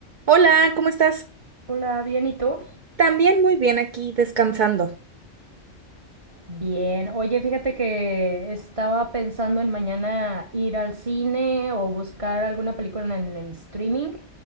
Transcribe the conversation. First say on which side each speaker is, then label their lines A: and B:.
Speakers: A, on the right; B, on the right.
A: Hola, ¿cómo estás?
B: Hola, bien, ¿y tú?
A: También muy bien aquí descansando.
B: Bien. Oye, fíjate que estaba pensando en mañana ir al cine o buscar alguna película en, en streaming.